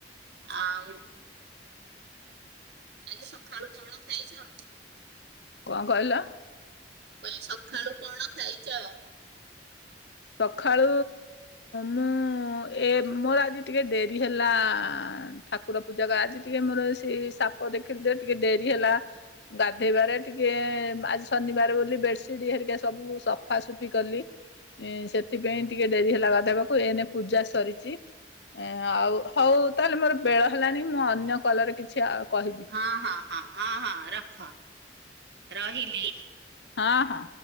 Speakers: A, on the right (about 65°); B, on the left (about 75°).
A: ଆଉ ଆଜି ସକାଳୁ କଣ ଖାଇଛ।
B: କଣ କହିଲ?
A: କହିଲି ସକାଳୁ କଣ ଖାଇଛ?
B: ସକାଳୁ ମୁଁ ଏ ମୋର ଆଜି ଟିକେ ଡେରି ହେଲା ଠାକୁର ପୂଜାରା ଆଜି ଟିକେ ମୋର ସେ ସାପ ଦେଖିଲି ଯେ ଟିକେ ଡେରି ହେଲା। ଗାଧୋଇବାରେ ଟିକିଏ ଆଜି ଶନିବାର ବୋଲି ବେଡ଼ସିଟ୍ ହେରିକା ସବୁ ସଫାସୁଫି କଲି। ଉଁ ସେଥିପାଇଁ ଟିକେ ଡେରି ହେଲା ଗାଧେଇବାକୁ ଏଇନେ ପୂଜା ସରିଛି। ଏ ଆଉ ହଉ ତାହେଲେ ମୋର ବେଳ ହେଲାଣି ମୁଁ ଅନ୍ୟ କଲରେ କିଛି କହିବି।
A: ହଁ ହଁ ହଁ ହଁ ହଁ ରଖ। ରହିଲି।
B: ହଁ ହଁ।